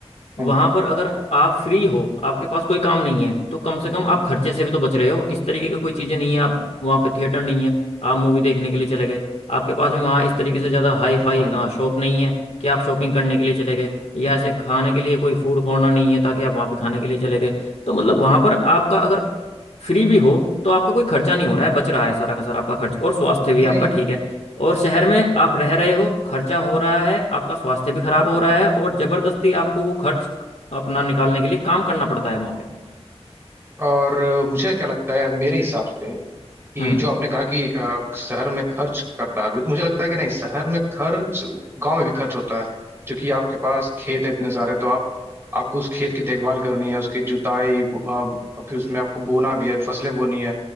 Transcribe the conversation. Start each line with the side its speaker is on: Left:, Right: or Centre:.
Left: वहां
Right: हम्म
Left: पर अगर आप फ्री हो आपके पास कोई काम नहीं है तो कम से कम आप खर्चे से भी तो बच रहे हो इस तरीके की कोई चीजें नहीं है आप वहां पे थिएटर नहीं है आप मूवी देखने के लिए चले गए आपके पास भी वहाँ इस तरीके से ज्यादा हाई फाई
Right: हम्म,
Left: शॉप नहीं है कि आप शॉपिंग करने के लिए चले गए या ऐसे खाने के लिए कोई फूड कॉर्नर नहीं है ताकि आप वहां पे खाने के लिए चले गए तो मतलब वहां पर आपका अगर फ्री भी हो तो आपका कोई खर्चा नहीं हो रहा है बच रहा है सारा का सारा आपका खर्च और स्वास्थ्य भी
Right: नहीं
Left: आपका ठीक है और शहर में आप रह रहे हो खर्चा हो रहा है आपका स्वास्थ्य भी खराब हो रहा है और जबरदस्ती आपको वो खर्च अपना निकालने के लिए काम करना पड़ता है वहां पे
Right: और मुझे क्या लगता है मेरे हिसाब से ये
Left: हम्म
Right: जो आपने कहा कि अ, शहर में खर्च करता है आदमी तो मुझे लगता है कि नहीं शहर में खर्च गांव में भी खर्च होता है क्योंकि आपके पास खेत है इतने सारे तो आप आपको उस खेत की देखभाल करनी है उसकी जुताई बो- अ, फिर उसमें आपको बोना भी है फसलें बोनी है